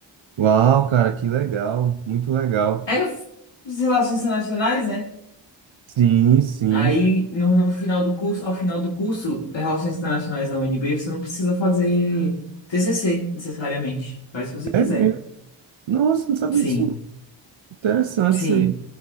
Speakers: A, on the right; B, on the left.
A: Uau, cara, que legal, muito legal.
B: É as relações internacionais, né?
A: Sim, sim.
B: Aí, no, no final do curso, ao final do curso, Relações Internacionais da UNB, você não precisa fazer TCC, necessariamente. Faz se você quiser.
A: É mesmo. Nossa, não sabia
B: Sim,
A: disso. não. Interessante
B: sim,
A: isso aí.